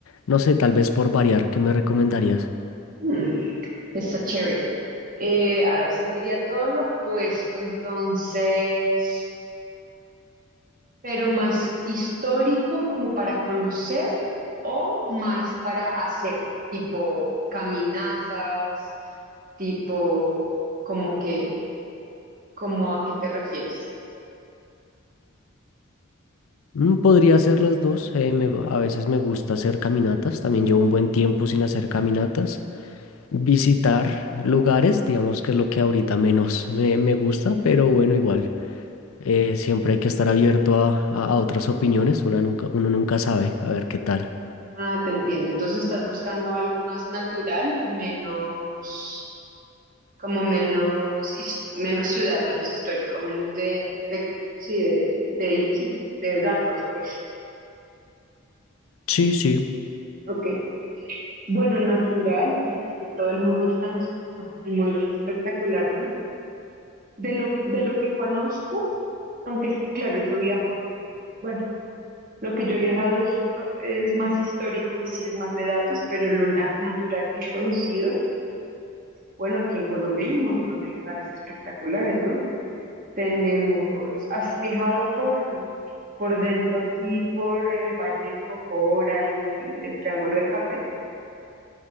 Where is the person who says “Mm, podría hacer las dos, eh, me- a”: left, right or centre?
Left